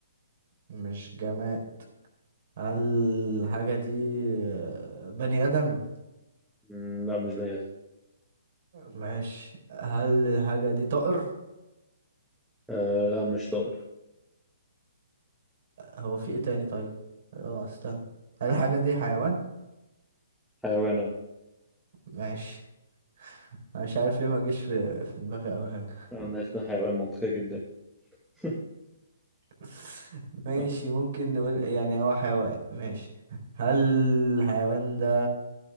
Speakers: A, on the right; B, in the centre.
A: مش جماد هل الحاجة دي آه، بني آدم
B: مم، لا مش بني آدم
A: ماشي هل الحاجة دي طائر
B: أه لا مش طائر
A: هو في ايه تاني طيب اه استنى هل الحاجة دي حيوان
B: حيوان اه
A: ماشي مش عارف ليه ما جاش في في دماغي اول حاجه
B: آه، إنها تكون حيوان منطقية جدا <laughs>
A: <laughs> ماشي
B: اه
A: ممكن نقول يعني هو حيوان ماشي هل الحيوان ده